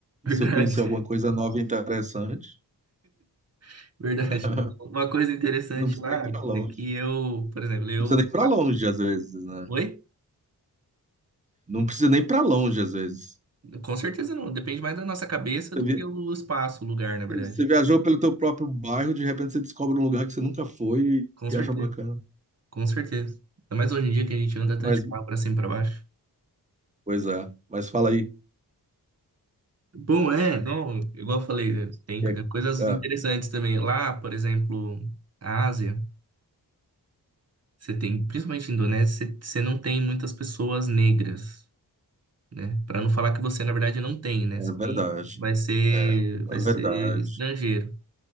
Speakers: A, on the right; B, on the right.
A: Verdade,
B: Se eu conhecer alguma coisa nova e interessante,
A: <laughs> verdade.
B: <laughs>
A: Uma coisa interessante
B: não precisa
A: lá
B: nem ir pra longe.
A: é que eu, por exemplo, eu.
B: Não precisa nem ir pra longe, às vezes, né?
A: Oi?
B: Não precisa nem ir pra longe, às vezes.
A: Com certeza não. Depende mais da nossa cabeça
B: Você
A: do
B: vi-
A: que o espaço, o lugar, na verdade.
B: você viajou pelo teu próprio bairro, de repente você descobre um lugar que você nunca foi
A: Com
B: e
A: certeza,
B: acha bacana.
A: com certeza. Ainda mais hoje em dia que a gente anda
B: Mas,
A: tanto de carro pra cima e pra baixo.
B: pois é, mas fala aí.
A: Bom, é, não, igual eu falei, né, tem
B: É,
A: tem coisas
B: é,
A: interessantes também. Lá, por exemplo, a Ásia. Você tem, principalmente na Indonésia, você você não tem muitas pessoas negras, né? Para não falar que você, na verdade, não tem, né?
B: é
A: Você
B: verdade.
A: tem, vai ser,
B: É, é
A: vai ser
B: verdade.
A: estrangeiro.